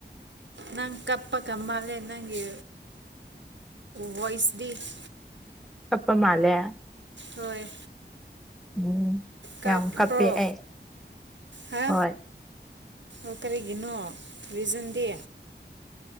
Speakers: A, on the right (about 80°); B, in the centre.
A: ꯅꯪ ꯀꯄ ꯀ ꯃꯥꯂꯦ ꯅꯪꯒꯤ ꯕꯣꯏꯁꯗꯤꯁ
B: ꯇꯞꯄ ꯃꯥꯜꯂꯦ
A: ꯍꯣꯏ
B: ꯎꯝ
A: ꯀꯞꯄ꯭ꯔꯣ
B: ꯌꯥꯝ ꯀꯞꯄꯦ ꯑꯩ
A: ꯍꯥ
B: ꯍꯣꯏ
A: ꯑꯣ ꯀꯔꯤꯒꯤꯅꯣ ꯔꯤꯖꯟꯗꯤ